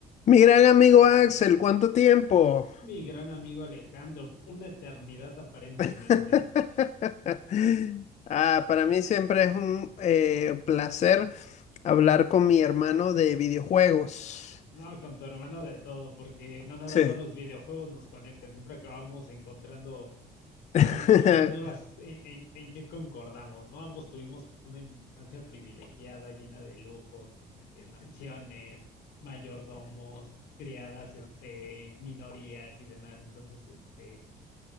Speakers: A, on the left; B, on the left.
A: Mi gran amigo Axel, ¿cuánto tiempo?
B: Mi gran amigo Alejandro, una eternidad aparentemente.
A: <laughs> Ah, para mí siempre es un eh, placer hablar con mi hermano de videojuegos.
B: No, con tu hermano de todo, porque no nada
A: Sí.
B: más los videojuegos nos conectan, siempre acabamos encontrando
A: <laughs>
B: como que cosas nuevas en, en, en que concordamos, ¿no? Ambos tuvimos pues, una infancia privilegiada, llena de lujos, este, mansiones, mayordomos, criadas, este, minorías y demás. Entonces, este,